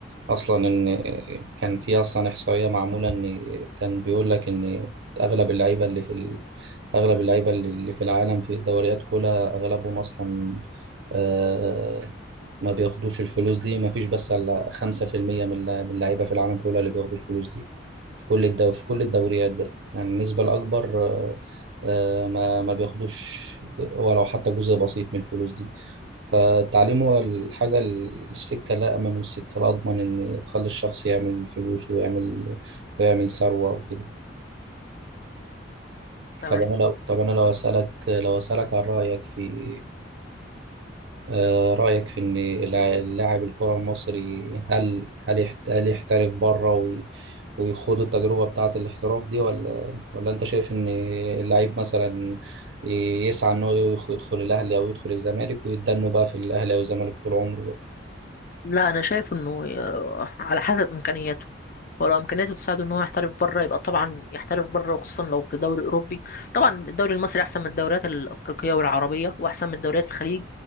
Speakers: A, on the right; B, on the left.
A: اصلا ان كان في اصلا احصائيه معموله ان كان بيقول لك ان اغلب اللعيبه اللي في ال... اغلب اللعيبه اللي اللي في العالم في الدوريات كلها اغلبهم اصلا آه، ما بياخدوش الفلوس دي ما فيش بس على 5% من الل- من اللعيبة في العالم كله اللي بياخدوا الفلوس دي في كل الدو في كل الدوريات بقى يعني النسبة الأكبر آه، آه، ما ما بياخدوش ولو حتى جزء بسيط من الفلوس دي فالتعليم هو الحاجة ال- السكة الأأمن والسكة الأضمن إن تخلي الشخص يعمل فلوس ويعمل ويعمل ثروة وكده
B: تمام
A: طب أنا لو طب أنا لو أسألك لو أسألك عن رأيك في آه، رأيك في إن الع- اللاعب الكرة المصري هل هل يحت- هل يحترف بره وي- ويخوض التجربة بتاعة الاحتراف دي ولا ولا أنت شايف إن اللعيب مثلا يسعى إن هو يخ- يدخل الأهلي أو يدخل الزمالك ويتدنوا بقى في الأهلي أو الزمالك طول عمره بقى؟
B: لا انا شايف انه آه، على حسب امكانياته ولو امكانياته تساعده ان هو يحترف بره يبقى طبعا يحترف بره وخصوصا لو في دوري اوروبي طبعا الدوري المصري احسن من الدوريات الافريقيه والعربيه واحسن من دوريات الخليج